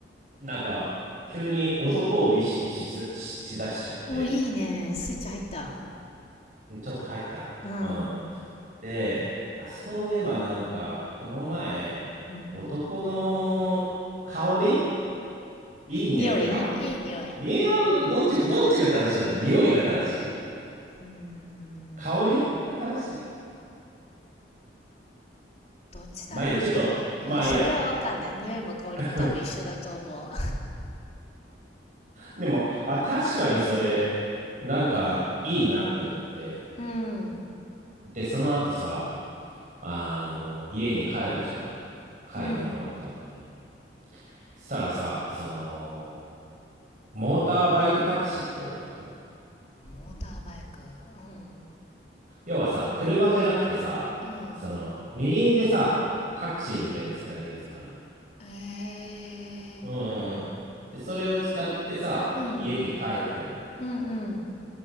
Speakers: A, on the right; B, on the left.
A: なんか、急に男を意識しす、し、しだしちゃって、
B: お、いいね。スイッチ入った。
A: ちょっと入った。
B: うん。
A: うん。で、あ、そういえばなんか、この前、
B: うん。
A: 男の香りいい匂いか。
B: 匂いいい匂い。
A: 匂い、どっちが、どっちが正しいのか、匂いが正しい
B: うーん。
A: 香りが正しいかな。
B: どっちだろうね。
A: まあいいや、ちょっと、まあいいや。
B: うん、それはわかんない。匂いも香りも多分一緒だと思う。
A: <laughs> でも、あ、確かにそれ、なんか、いいなって思って。
B: <laughs> うん。
A: で、その後さ、あの、家に帰るじゃん。買い物終わった後に。
B: うん。
A: したらさ、その、モーターバイクタクシーってわかる
B: モーターバイク。うん。
A: 要はさ、車じゃなくてさ、
B: うん。
A: その、二輪でさ、タクシーみたいに使えるやつがあるのよ。
B: ええー。
A: うんうん。で、それを使ってさ、
B: うん。
A: 家に帰ったのよ。
B: うんうん。